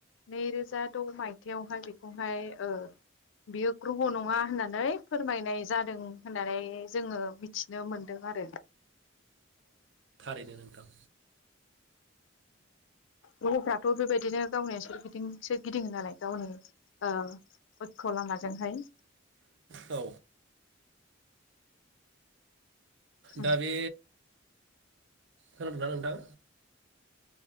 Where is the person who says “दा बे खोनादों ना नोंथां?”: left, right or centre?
Right